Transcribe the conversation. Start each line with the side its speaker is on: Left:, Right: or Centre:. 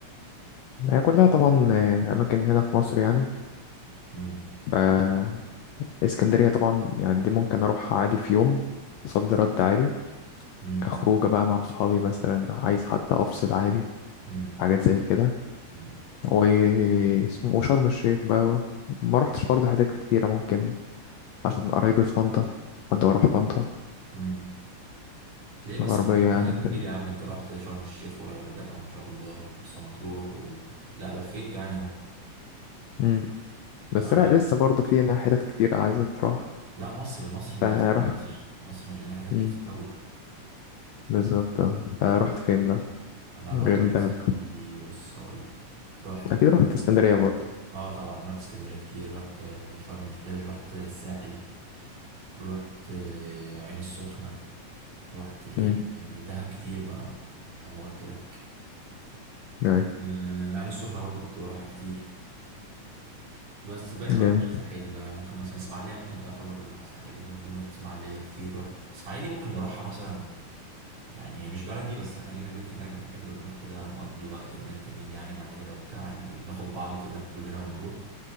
Left: هي كلها طبعا آه، اماكن هنا في مصر يعني
Right: مم.
Left: ف اسكندرية طبعا يعني دي ممكن اروحها عادي في يوم صد رد عادي
Right: مم.
Left: كخروجة بقى مع اصحابي مثلا عايز حتى افصل عادي
Right: مم.
Left: حاجات زي كده
Right: مم.
Left: واسمه وشرم الشيخ بقى ما رحتش برضه حتت كتيرة ممكن عشان قرايبي في طنطا كنت بروح طنطا
Right: مم. ليه بس
Left: الغربية
Right: انت رحت
Left: يعني
Right: حتت
Left: وكده
Right: كتير يا عم انت رحت شرم الشيخ والغردقة ما شاء الله ومرسى مطروح والت... لا لفيت يعني اهو
Left: مم. بس
Right: آه.
Left: لا لسه برضه في هنا حتت كتيرة عايزة تروح
Right: لا مصر مصر مليانة
Left: فرحت
Right: يا باشا مصر مليانة حتت
Left: مم.
Right: كتير قوي
Left: بالظبط اه فرحت
Right: يعني
Left: فين بقى
Right: انا
Left: غير
Right: رحت
Left: دهب
Right: يا سيدي بص اقول لك رحت
Left: أكيد رحت اسكندرية برضه
Right: اه طبعا رحت اسكندرية كتير رحت آه، شرم الش- آه، رحت الساحل رحت آه، عين السخنة رحت فين
Left: مم.
Right: يعني دهب كتير بقى لما قلت لك
Left: أيوة
Right: آه، عين السخنة برضو كنت بروحها كتير بس باقي بقى
Left: جامد
Right: كان رايح ساحلي بقى يعني ممكن مثلا اسماعيلية ممكن تعتبر ساحلي برضه رحت اسماعيلية كتير رحت اسماعيلية دي ممكن بروحها مثلا يعني هي مش بلدي بس احنا لينا بيت هناك بنحب نروح كده نقضي وقت هناك جميل يعني مع العيلة وبتاع يعني بناخد بعض كلنا كلنا ونروح